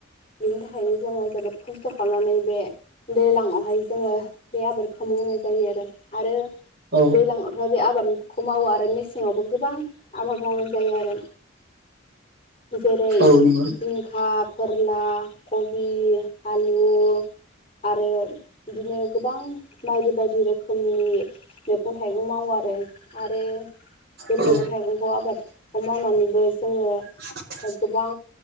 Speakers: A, on the left (about 25°); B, on the right (about 50°).
A: बिनि थाखायनो जोङो जोबोद खस्थ' खालामनानै बे दैज्लाङावहाय जोङो बे आबादखौ मावनाय जायो आरो। आरो
B: औ
A: दैज्लाङाव ओमफाय बे आबादखौ मावो आरो मेसेङावबो गोबां आबाद मावनाय जायो आरो। जेरै
B: औ नंगौ
A: जिंखा केरेला कबि, आलु आरो बिदिनो गोबां बायदि बायदि रोखोमनि मैगं-थाइगं मावो आरो आरो बे
B: औ
A: मैगं-थाइगंखौ आबादखौ मावनानैबो जोङो
B: आ
A: गोबां